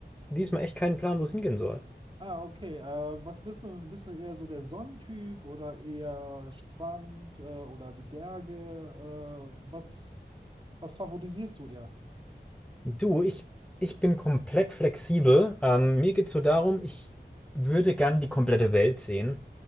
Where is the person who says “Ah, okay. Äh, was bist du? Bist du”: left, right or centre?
Right